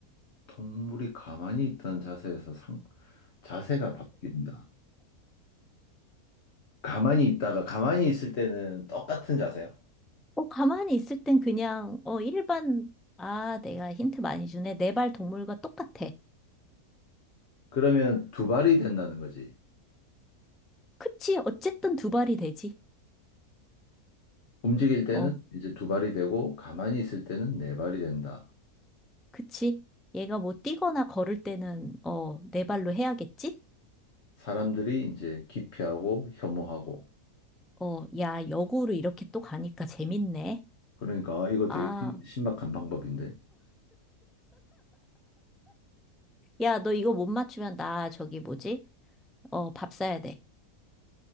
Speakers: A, on the left; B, in the centre.
A: 동물이 가만히 있던 자세에서 상, 자세가 바뀐다. 가만히 있다가 가만히 있을 때는 똑같은 자세야.
B: 어, 가만히 있을 땐 그냥, 어, 일반, 아, 내가 힌트 많이 주네. 네 발 동물과 똑같아.
A: 그러면 두 발이 된다는 거지.
B: 그치? 어쨌든 두 발이 되지.
A: 움직일 때는
B: 어,
A: 이제 두 발이 되고 가만히 있을 때는 네 발이 된다.
B: 그치? 얘가 뭐 뛰거나 걸을 때는, 어, 네 발로 해야겠지?
A: 사람들이 이제 기피하고 혐오하고.
B: 어, 야, 역으로 이렇게 또 가니까 재밌네.
A: 그러니까 아, 이거 되게
B: 아,
A: 신- 신박한 방법인데.
B: 야, 너 이거 못 맞추면 나 저기 뭐지? 어, 밥 사야 돼.